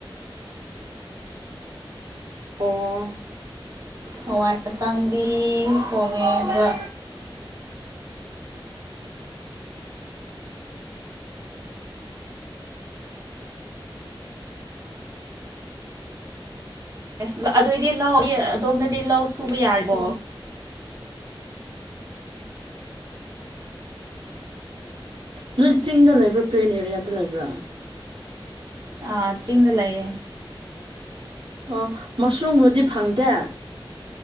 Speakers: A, on the right; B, on the right.
A: ꯑꯣ
B: ꯍꯋꯥꯏ ꯍꯛꯆꯥꯡꯗꯤ ꯊꯣꯡꯉꯦ ꯑꯗꯨꯒ ꯎꯦ ꯑꯗꯨꯑꯣꯏꯗꯤ ꯂꯧ ꯑꯗꯣꯝꯗꯗꯤ ꯂꯧ ꯁꯨꯕ ꯌꯥꯔꯤꯕꯣ
A: ꯎꯝ ꯅꯣꯏ ꯆꯤꯡꯗ ꯂꯩꯕ꯭ꯔꯥ ꯄ꯭ꯂꯦꯟ ꯑꯦꯔꯤꯌꯥꯗ ꯂꯩꯕ꯭ꯔꯥ
B: ꯑ ꯆꯤꯡꯗ ꯂꯩꯑꯦ
A: ꯑꯣ ꯃꯁꯔꯨꯝꯕꯨꯗꯤ ꯐꯪꯗꯦ